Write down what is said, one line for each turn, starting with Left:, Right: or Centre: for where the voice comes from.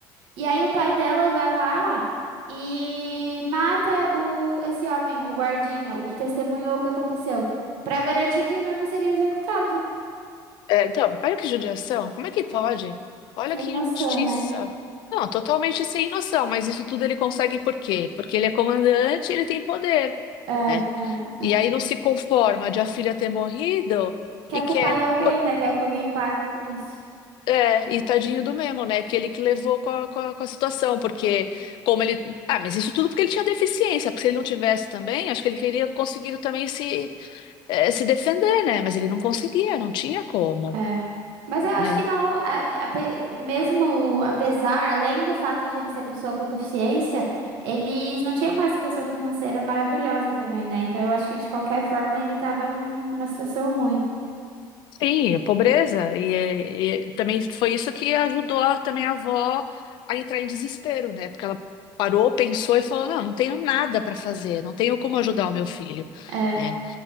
Right: E aí o pai dela vai lá e mata o esse homem, o guardinha, o que testemunhou o que aconteceu, pra garantir que o mesmo seria executado.
Left: É, então, olha que judiação. Como é que pode? Olha
Right: Sem
Left: que
Right: noção,
Left: injustiça.
Right: né?
Left: Não, totalmente sem noção, mas isso tudo ele consegue por quê? Porque ele é comandante, ele tem poder,
Right: É,
Left: né?
Right: é,
Left: E
Right: é.
Left: aí não se conforma de a filha ter morrido
Right: Quer
Left: e quer.
Right: culpar em alguém,
Left: pô,
Right: né? Quer que alguém pague por isso.
Left: É, e tadinho do mesmo, né? Que ele que levou com a, com a, com a situação, porque como ele. Ah, mas isso tudo porque ele tinha deficiência, porque se ele não tivesse também, acho que ele queria conseguido também se, eh, se defender, né? Mas ele não conseguia, não tinha como,
Right: É. Mas eu acho
Left: né?
Right: que não, a- ape- mesmo apesar, além do fato de ele ser pessoa com deficiência, eles não tinham uma situação financeira maravilhosa também, né? Então eu acho que de qualquer forma ele tava num- numa situação ruim.
Left: Sim, a pobreza. E, é- e também foi isso que ajudou a- também a avó a entrar em desespero, né? Porque ela parou, pensou e falou: não, não tenho nada para fazer, não tenho como ajudar o meu filho,
Right: É,
Left: né?